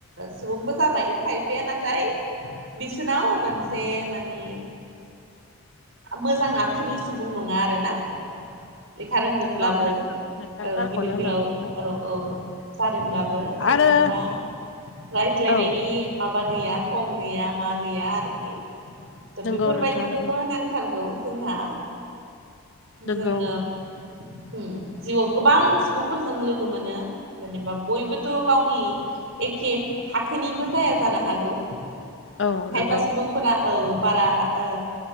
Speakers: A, on the right; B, on the left.
A: सुबुंबो जाबाय। खायफाया नाथाय बिसोनाव मोनसे मानि मोजां आखुनि सुबुं नङा आरो ना। लेखा रोंदोंब्लाबो
B: औ नोंथां
A: औ
B: नोंथां थारखौनो
A: गिदिर
B: होनदों
A: गोलाव
B: नोंथां
A: औ औ जादोंब्लाबो सोरजोंबा
B: आरो
A: रायज्लायनायनि
B: औ
A: माबा गैया थं गैया मा गैया आरोखि। दा
B: नंगौ
A: बेफोरबायदिखौबो
B: नोंथां नंगौ
A: नांथारगौ जोंहा।
B: नोंगौ
A: जोङो उ जिउआव गोबां सुबुंफोरजों लोगो मोनो जेनेबा बयबोथ' गावनि एखे थाखोनिबो जाया जानो हागौ। खायफा
B: औ नंगौ
A: सुबुंफोरा औ बारा ओ